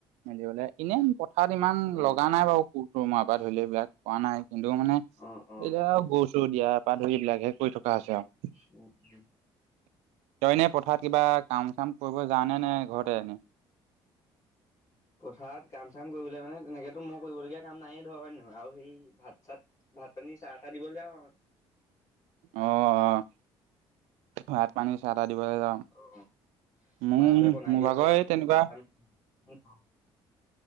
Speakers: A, on the right; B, on the left.
A: মেলিবলে। ইনে পথাৰত ইমান
B: অ
A: লগা নাই বাউ <unintelligible> মা পাট ধৰিলো এইবিলাক কোৱা নাই, কিন্তু মানে
B: অ অ
A: এইয়া, গৰু চৰু দিয়া পা ধৰি এইবিলাকহে কৰি থকা হৈছে আৰু
B: <unintelligible>
A: তই এনে পথাৰত কিবা কাম চাম কৰিব যাৱনে নে ঘৰতে এনেই?
B: পথাৰত কাম চাম কৰিবলে মানে তেনেকেতো মই কৰিবলগীয়া কাম নায়ে ধৰ হয় নে নহয় আৰু সেই ভাত-চাত ভাত-পানী, চাহ-তাহ দিবলৈ যাওঁ আও।
A: অ', অ'। ভাত-পানী, চাহ-তাহ দিবলৈ যাওঁ।
B: অ',
A: মোৰ
B: মাহঁতে বিনাই
A: মোৰ
B: দিয়ে
A: ভাগৰ
B: ধৰ,
A: এই তেনেকুৱা
B: <unintelligible>